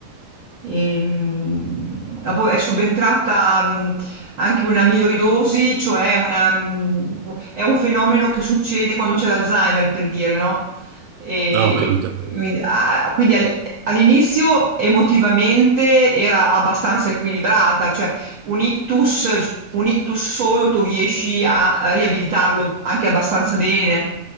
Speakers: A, on the right; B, on the right.
A: E, mh, ah, poi è subentrata mh, anche un'amiloidosi, cioè una, mh, è un fenomeno che succede quando c'è l'Alzheimer, per dire, no? E-
B: No, ho capito.
A: e quindi a- a- quindi al- all'inizio emotivamente era abbastanza equilibrata, cioè un ictus, un ictus solo tu riesci a a riabilitarlo anche abbastanza bene,